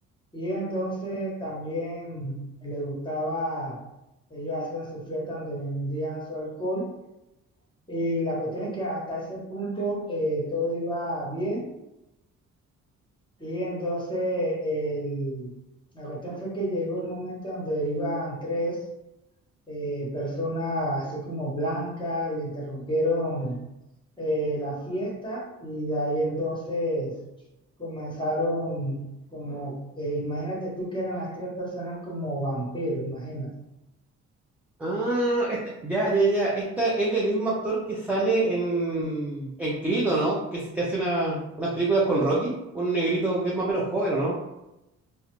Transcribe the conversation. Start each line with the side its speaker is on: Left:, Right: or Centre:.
Left: Y entonces también les gustaba, ellos hacían su fiesta donde vendían su alcohol. Y la cuestión es que hasta ese punto eh, todo iba bien y entonces el- la cuestión fue que llegó el momento donde iban tres eh, personas así como blancas, le interrumpieron eh, la fiesta y de ahí entonces comenzaron como, eh, imagínate tú que eran las tres personas como vampiros, imagínate.
Centre: Ah, este- ya, ya, ya. Esta es del mismo actor que sale en, en Creed, ¿o ¿no? Que, que hace una- unas películas con Rocky, un negrito que es más o menos joven, ¿o no?